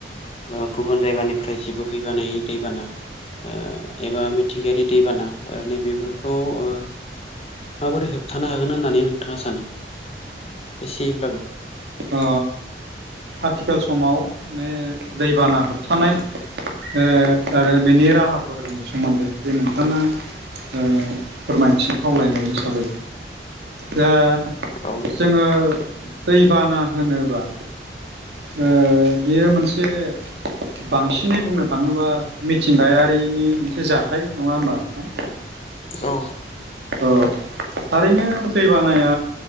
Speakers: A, on the left; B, on the right.
A: बा गुबुन जायगानिफ्राय जे बोहैैबानाय दैबाना ओ एबा मिथिंगायारि दैबाना ओ नैबेफोरखौ ओ माबोरै होबथानो हागोन होननानै नोंथाङा सानो एसेब्लाबो?
B: ओ आथिखाल समाव ने दैबाना होबथानाय ओ आरो बेनि राहाफोरनि सोमोन्दै जे नोंथाङा ओ फोरमायथि खावलायनाय हिसाबै दा
A: औ
B: जोङो बाना होनोबा ओ बेयो मोनसे बांसिनै बुंनो थाङोबा मिथिंगायारिनि मोनसे जाथाय नङा होमबा नोंथां?
A: औ
B: ओ थारैनो दैबानाया